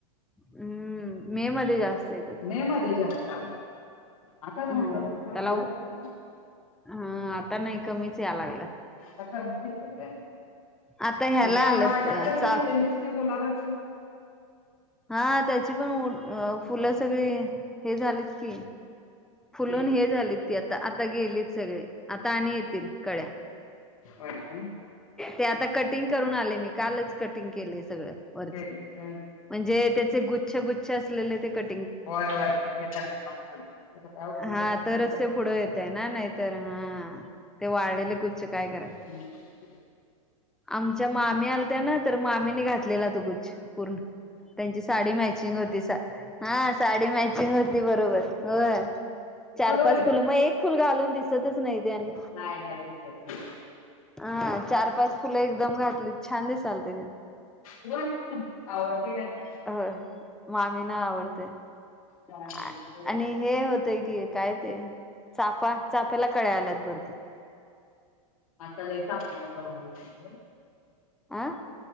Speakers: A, in the centre; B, on the left.
A: हम्म मे मध्ये जास्त. येतात
B: मे मध्ये जास्त आता झालं
A: होय
B: कि
A: होय
B: संपला
A: त्याला
B: की त्यां <unintelligible>
A: हा आता नाही कमीच यालागलं.
B: आता <unintelligible>
A: आता ह्याला
B: आणि त्या
A: आलं
B: माझ्याकडून
A: चाफ
B: नेलेलीच ते गुलाबाचं.
A: हा त्याची पण फुलं सगळी हे झालीत की. फुलून
B: गेली
A: हे
B: असतील
A: झाली
B: येऊन.
A: ती आता आता गेलीत सगळे आता आणि येतील कळ्या.
B: होय काय
A: ते आता कटिंग करून आले मी. कालच कटिंग केलंय सगळं वरच.
B: केलीस होय.
A: म्हणजे त्याचे गुच्छ गुच्छ असलेले ते क
B: होय होय <unintelligible> त्याचा काय उपयोगच
A: हा
B: नाही
A: तरच
B: ना <unintelligible>
A: ते पुढं येतय ना नाहीतर हा ते वाळलेले कुच्छ काय करायचे.
B: ठीक आहे.
A: आमच्या मामी आलत्या ना तर मामीने घातलेला तो गुच्छ. पूर्ण त्यांची साडी मॅचिंग होती हा साडी मॅचिंग होती बरोबर. होय चार
B: अगं होय
A: पाच फुलं मग एक फुल घालून दिसतच नाही ते आणि
B: नाय नाय दिसत <unintelligible>
A: हा चार पाच फुलं एकदम घातली छान दिसालत ते.
B: हो आवडते काय त्याला.
A: होय मामीना आवडते
B: हा हां
A: आ आणि हे होतय की काय ते चाफ चाफ्याला कळ्या आल्यात भरपूर.
B: आता लय <unintelligible> <unintelligible>
A: आं